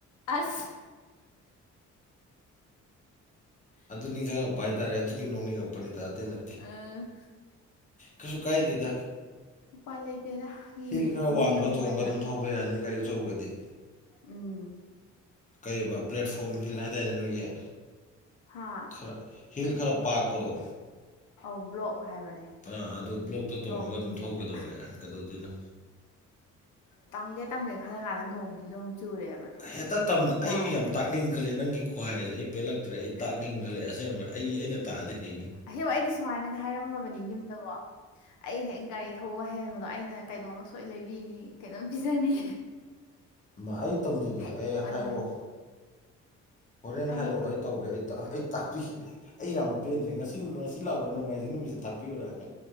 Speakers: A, on the left; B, on the left.
A: ꯑꯁ
B: ꯑꯗꯨ ꯅꯤꯡꯖꯪꯉꯛꯄ ꯍꯥꯏ ꯇꯥꯔꯦ ꯑꯗꯨꯒꯤ ꯅꯣꯛꯅꯤꯡꯉꯛꯄꯅꯤꯗ ꯑꯇꯩ ꯅꯠ
A: ꯑ
B: ꯀꯩꯁꯨ ꯀꯥꯏꯗꯦꯗ
A: ꯎꯄꯥꯏ ꯂꯩꯇꯦꯗ ꯃꯤ
B: ꯍꯤꯜ ꯈꯔ ꯋꯥꯡꯕ
A: ꯅꯦꯝ
B: ꯇꯣꯡꯉꯒ
A: ꯑꯣꯏꯅ
B: ꯑꯗꯨꯝ ꯊꯧꯕ ꯌꯥꯅꯤ ꯒꯥꯔꯤ ꯑꯆꯧꯕꯒꯗꯤ
A: ꯎꯝ
B: ꯀꯩꯑꯕ ꯄ꯭ꯂꯦꯠꯐꯣꯝ ꯍꯤꯜ ꯍꯥꯏꯗꯥꯏꯅꯦ ꯅꯣꯏꯒꯤ
A: ꯍꯥꯥ
B: ꯈꯔ ꯍꯤꯜ ꯈꯔ ꯄꯥꯛꯄꯗꯣ
A: ꯑꯧ ꯕ꯭ꯂꯣꯛ ꯍꯥꯏꯕꯅꯦ
B: ꯑꯥ ꯑꯗꯨ ꯕ꯭ꯂꯣꯛꯇꯣ ꯇꯣꯡꯉꯒ
A: ꯕ꯭ꯂꯣꯛ
B: ꯑꯗꯨꯝ
A: ꯍꯤꯜꯂꯦꯅ
B: ꯊꯧ ꯀꯩꯗꯧꯔꯒꯦ ꯀꯩꯗꯧꯗꯣꯏꯅꯣ
A: ꯇꯝꯒꯦ ꯇꯝꯒꯦ ꯈꯜꯂꯀꯥꯟꯗ ꯅꯣꯡꯖꯤꯖꯨ ꯑꯃꯨꯛ ꯆꯨꯔꯛꯑꯦꯕ ꯑꯗꯨ
B: ꯍꯦꯠꯇ ꯇꯝꯗ
A: ꯌꯥꯗꯦꯕ
B: ꯑꯩ ꯌꯥꯝ ꯇꯥꯛꯅꯤꯡꯈꯠꯂꯛꯑꯦ ꯅꯪꯒꯤ ꯈꯨꯍꯥꯏꯖꯦ ꯑꯩ ꯄꯦꯜꯂꯛꯇ꯭ꯔꯦ ꯑꯩ ꯇꯥꯛꯅꯤꯡꯈꯠꯂꯦ ꯑꯁꯦꯡꯕ ꯑꯩ ꯑꯩꯅ ꯇꯥꯛꯑꯗꯤ ꯍꯩꯅꯤ
A: ꯑꯍꯦꯝꯕ ꯑꯩꯗꯤ ꯁꯨꯃꯥꯏꯅꯒ ꯍꯥꯏꯔꯝꯃꯕꯅꯦ ꯌꯨꯝꯗꯒꯣ ꯑꯩ ꯍꯦꯛ ꯒꯥꯔꯤ ꯊꯧꯕ ꯍꯩꯍꯟꯕꯗꯣ ꯑꯩꯅ ꯀꯩꯅꯣꯝꯃ ꯁꯣꯏ ꯂꯩꯕꯤꯅꯤ ꯀꯩꯅꯣꯝ ꯄꯤꯖꯅꯤ
B: ꯃꯥ ꯑꯩ ꯇꯝꯕꯤꯒꯦ
A: ꯍꯥꯏꯅꯤꯡꯃꯟꯕꯒꯤ
B: ꯑꯦ ꯍꯥꯏꯔꯛꯑꯣ ꯍꯣꯔꯦꯟ
A: ꯍꯥꯏꯔꯛꯀꯦ
B: ꯍꯥꯏꯔꯣ ꯑꯩ ꯇꯧꯒꯦ ꯑꯩ ꯇꯥ ꯑꯩ ꯇꯥꯛꯄꯤꯒꯦ ꯑꯩ ꯌꯥꯝ ꯄꯦꯟꯗ꯭ꯔꯦ ꯉꯁꯤ <unintelligible> ꯁꯤ ꯂꯥꯛꯎꯔꯥ ꯅꯣꯡꯃꯥꯏꯖꯤꯡ ꯅꯨꯃꯤꯠꯇ ꯇꯥꯛꯄꯤꯌꯨꯔꯥ